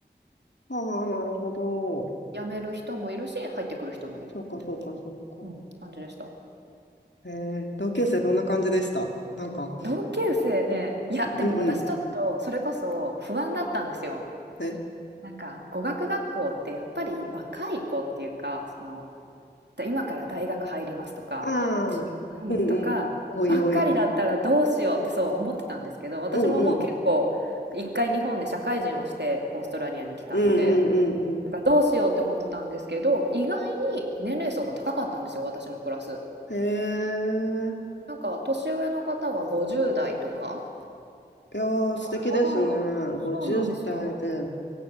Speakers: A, on the left; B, on the right.
A: ああ、なるほど。
B: 辞める人もいるし、入ってくる人もいるみたい
A: そうかそうかそうか。
B: な、うん、感じでした。
A: ええ同級生どんな感じでしたなんか、
B: 同級生ね、いや、
A: うんうん。
B: でも私ちょっとそれこそ不安だったんですよ。
A: え
B: なんか語学学校ってやっぱり若い子っていうか、その今から大学入りますとか、
A: あ
B: じゅうん、
A: あ、うん
B: とかばっかりだったらどうしようってそう思ってたんですけど、
A: うん。おいおい。
B: 私ももう結構一回日本で社会人をしてオーストラリアに来たので、
A: うんうん。うんうんうん
B: だからどうしようって思ってたんですけど、意外に年齢層が高かったんですよ、私のクラス。
A: うん。へえ。
B: なんか年上の方は50代とか。
A: いやー、素敵ですね。
B: から、そ
A: 50代で。
B: うなんですよ。